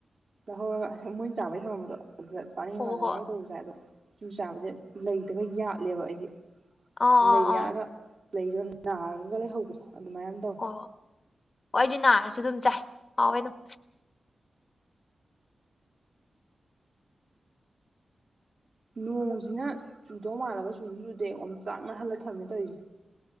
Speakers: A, on the right (about 50°); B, on the left (about 40°).
A: ꯍꯣꯏ ꯃꯣꯏꯅ ꯆꯥꯕꯩ ꯊꯃꯝꯕꯗꯣ ꯑꯗꯨꯗ ꯆꯥꯅꯤꯡꯒꯒꯥꯟꯗ
B: ꯍꯣꯏ ꯍꯣꯏ
A: ꯃꯔꯛꯇꯕꯨꯗꯤ ꯆꯥꯏ ꯑꯗꯣ ꯆꯨ ꯆꯥꯕꯁꯦ ꯂꯩꯗꯒ ꯌꯥꯠꯂꯦꯕ ꯑꯩꯗꯤ
B: ꯑꯥ ꯑꯥ
A: ꯂꯩꯗ
B: ꯑꯥ
A: ꯌꯥꯠꯂꯒ ꯂꯩꯗꯣ ꯅꯥꯔꯒ ꯂꯩꯍꯧꯕꯗꯣ ꯑꯗꯨꯃꯥꯏꯅ ꯇꯧ
B: ꯍꯣꯏ ꯍꯣꯏ ꯍꯣꯏ ꯑꯩꯗꯤ ꯅꯥꯔꯁꯨ ꯑꯗꯨꯝ ꯆꯥꯏ ꯍꯥꯎꯋꯦ ꯑꯗꯨꯝ
A: ꯅꯣꯡꯁꯤꯅ ꯆꯨꯗꯧ ꯃꯥꯜꯂꯒ ꯆꯨꯁꯨ ꯆꯨꯗꯦ ꯑꯣ ꯆꯥꯛꯅ ꯍꯜꯂ ꯊꯝꯃꯦ ꯇꯧꯔꯤꯁꯦ